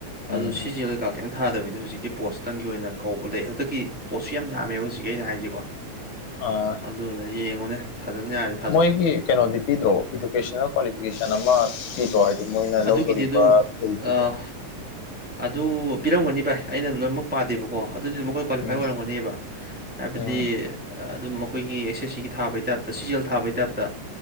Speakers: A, on the left; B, in the centre.
A: ꯎꯝ
B: ꯑꯗꯨ ꯑꯦꯁ
A: ꯎꯝ
B: ꯑꯦꯁ ꯁꯤꯒ ꯀꯩꯝ ꯊꯥꯗꯕꯤꯗꯣ ꯍꯧꯖꯤꯛꯀꯤ ꯄꯣꯠꯁꯇꯪꯒꯤ ꯑꯣꯏꯅ ꯀꯧꯕ ꯂꯩ ꯍꯟꯗꯛꯀꯤ ꯄꯣꯠꯁꯨ ꯌꯥꯝꯃꯦꯕ ꯍꯧꯖꯤꯛꯀꯤ ꯑꯩꯅ ꯍꯥꯏꯁꯤꯀꯣ
A: ꯑꯥ
B: ꯑꯗꯨꯗ ꯌꯦꯡꯉꯨꯅꯦ ꯊꯥꯖꯟ ꯌꯥꯔꯤꯕ
A: ꯃꯣꯏꯒꯤ ꯀꯩꯅꯣꯗꯤ ꯄꯤꯗ꯭ꯔꯣ ꯏꯗꯨꯀꯦꯁꯅꯦꯜ ꯀ꯭ꯋꯥꯂꯤꯐꯤꯀꯦꯁꯟ ꯑꯃ ꯄꯤꯗꯣ ꯍꯥꯏꯗꯤ ꯃꯣꯏꯅ
B: ꯑꯗꯨꯒꯤꯗꯤ
A: ꯂꯧꯗꯣꯔꯤꯕ
B: ꯑꯗꯨꯝ
A: ꯐꯤꯜꯗꯨꯒꯤ
B: ꯑꯥ ꯑꯗꯨ ꯄꯤꯔꯝꯒꯅꯤ ꯚꯥꯏ ꯑꯩꯅ ꯂꯣꯏꯅꯃꯛ ꯄꯥꯗꯦꯕꯀꯣ ꯀꯣ ꯑꯗꯨꯗꯤ ꯑꯈꯣꯏ ꯀ꯭ꯋꯥꯂꯤꯐꯥꯏ
A: ꯎꯝ
B: ꯑꯣꯏꯔꯝꯒꯅꯦꯕ ꯍꯥꯏꯕꯗꯤ
A: ꯎꯝ
B: ꯑꯗꯨꯝ ꯑꯈꯣꯏꯒꯤ ꯑꯦꯁ ꯑꯦꯁ ꯁꯤꯒꯤ ꯊꯥꯕꯩ ꯇꯥꯏꯞꯇ ꯁꯤ ꯖꯤ ꯌꯦꯟ ꯊꯥꯕꯩ ꯇꯥꯏꯞꯇ